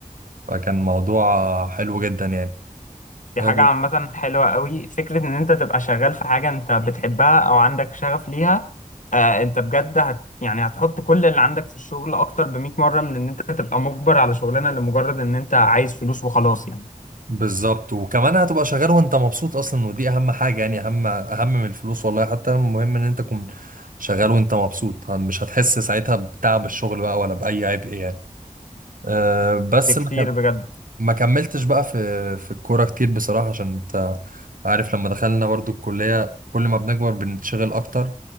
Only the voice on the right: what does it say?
فكان موضوع حلو جدا يعني
آه،
بالظبط وكمان هتبقى شغال وأنت مبسوط أصلا ودي أهم حاجة يعني أهم أهم من الفلوس والله حتى المهم إن أنت تكون شغال وأنت مبسوط مش هتحس ساعتها بتعب الشغل بقى ولا بأي عبء يعني آه، بس
ما
ما كملتش بقى في في الكورة كتير بصراحة عشان انت عارف لما دخلنا برضو الكلية كل ما بنكبر بنتشغل اكتر